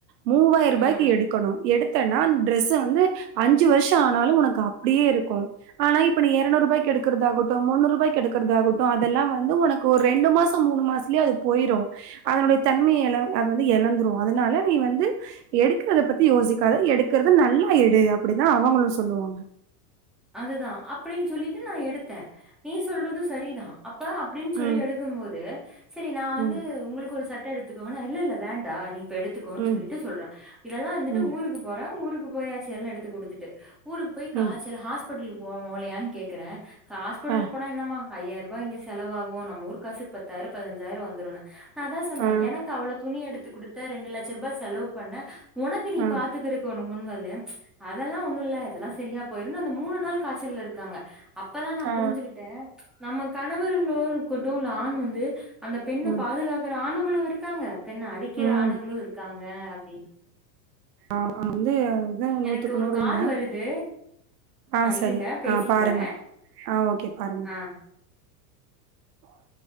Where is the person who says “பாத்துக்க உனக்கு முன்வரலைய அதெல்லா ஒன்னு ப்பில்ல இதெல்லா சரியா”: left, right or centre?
Centre